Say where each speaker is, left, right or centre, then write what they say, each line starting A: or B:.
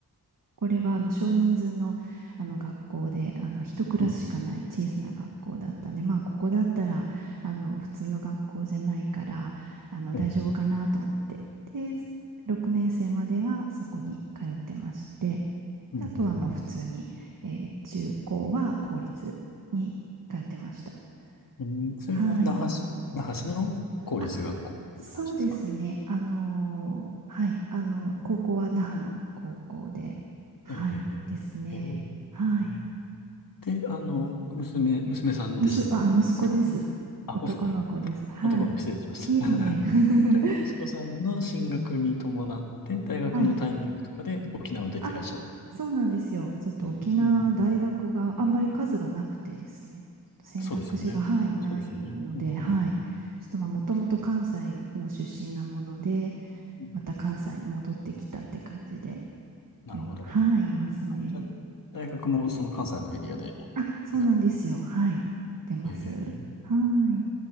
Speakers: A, on the right; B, on the left.
A: これはあの少人数の、あの学校であの一クラスしかない小さな学校だったんで、
B: うん、
A: まあ、ここだったらあの普通の学校じゃないからあの大丈夫かなと思ってで
B: うん、
A: 6年生まではそこに通ってまして
B: うん。
A: あとはもう普通に、えー中高は公立に通ってました。
B: うんそれは那覇市、
A: はい。
B: 那覇市の公立学校という感じですか
A: あ、そうですね。あのーはい。あの、高校は那覇の高校で、はい、
B: ええ、
A: ですね。
B: ええ、ええ
A: はい。
B: で、あの、娘、娘さんでし、
A: むす、あ、息子です。
B: ね。あ、
A: 男の子です。
B: おそ、
A: はい。
B: 男の子失礼しました。
A: いえいえ。
B: <laughs>
A: <laughs>
B: じゃあ、息子さんの進学に伴って、大学のタイミングとかで沖縄出ていらっしゃった。
A: はい。あ、そうなんですよ。ちょっと沖縄大学があんまり数がなくてですね。
B: うん。
A: ちょっと選択肢が、
B: そうですよね。
A: はい、ないので、
B: そうですよね。うん、
A: はい。
B: うん、うん。
A: ちょっとまあ、もともと関西の出身なもので、
B: うん
A: また関西に戻ってきたって感じで、
B: なるほど。
A: 今、はい、いますね。
B: あじゃあ、大学もその関西のエリアで。
A: あ、そうなんですよ。
B: 行か
A: はい、出ます。
B: えー
A: はい。